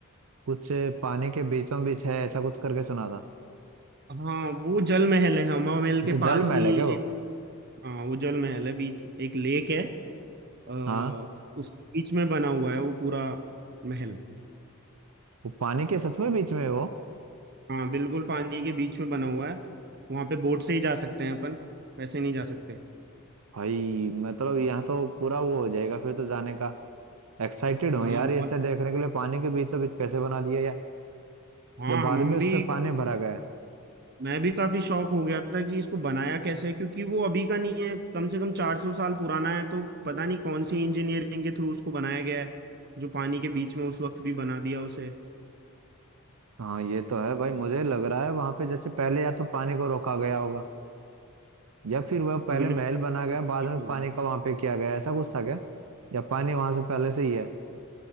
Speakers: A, on the right; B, on the right.
A: कुछ अ, पानी के बीचों बीच है ऐसा कुछ करके सुना था
B: हाँ हाँ वो जल महल है हमा महल
A: अच्छा
B: के पास
A: जल
B: ही
A: महल है क्या वो
B: एक हाँ वो जल महल है बीच एक लेक है अ,
A: हाँ
B: उस बीच में बना हुआ है वो पूरा महल
A: वो पानी के सच में बीच में है वो
B: हाँ बिल्कुल पानी के बीच में बना हुआ है वहाँ पे बोट से ही जा सकते हैं अपन वैसे नहीं जा सकते
A: भाई मतलब यहाँ तो पूरा वो हो जाएगा फिर तो जाने का एक्साइटेड हूँ
B: हाँ
A: यार
B: बहुत
A: ये ऐसा देखने के लिए पानी के बीचों बीच कैसे बना दिया या,
B: हाँ
A: या बाद
B: हम हम
A: में उसमें
B: भी
A: पानी भरा गया
B: मैं भी काफी शौक हो गया था कि इसको बनाया कैसे क्योंकि वो अभी का नहीं है कम से कम 400 साल पुराना है तो पता नहीं कौन सी इंजीनियरिंग के थ्रू उसको बनाया गया है जो पानी के बीच में उस वक्त भी बना दिया उसे
A: हाँ ये तो है भाई मुझे लग रहा है वहां पे जैसे पहले या तो पानी को रोका गया होगा या फिर वह पहले
B: कोई ना
A: महल
B: कोई
A: बना गया बाद में
B: होगा
A: पानी का वहां पे किया गया ऐसा कुछ था क्या या पानी वहां से पहले से ही है